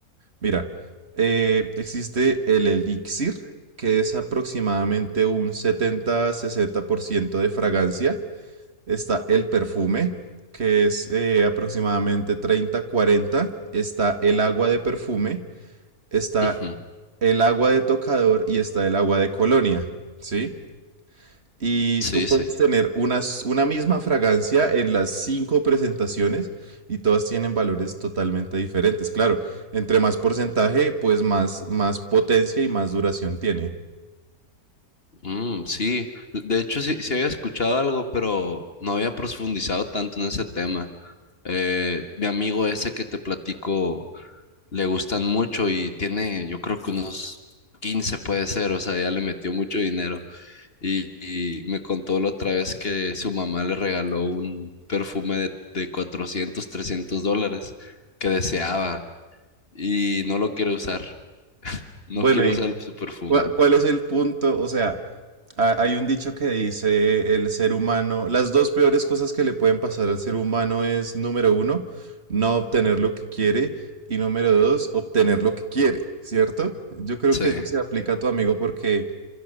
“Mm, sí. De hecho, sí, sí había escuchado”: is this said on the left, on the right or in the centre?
Left